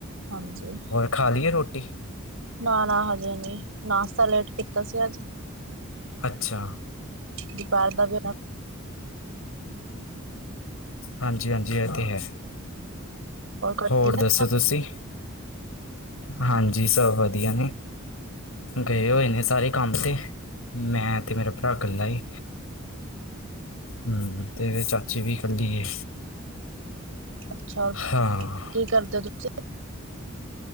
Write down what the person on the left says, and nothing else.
ਖਾਲ ਲਈ ਏ ਰੋਟੀ?
ਅੱਛਾ
ਹਾਂਜੀ-ਹਾਂਜੀ ਇਹ ਤੇ ਹੈ।
ਹੋਰ
ਦੱਸੋ
ਤੁਸੀਂ? ਹਾਂਜੀ ਸਭ ਵਧੀਆ ਨੇ। ਗਏ ਹੋਏ ਨੇ ਸਾਰੇ ਕੰਮ ਤੇ ਮੈਂ, ਤੇ ਮੇਰਾ ਭਰਾ ਇਕੱਲਾ ਏ। ਹੂੰ ਤੇ ਇਹਦੇ ਚਾਚੇ ਵੀ ਕੱਲੀ ਏ।
ਹਾਂ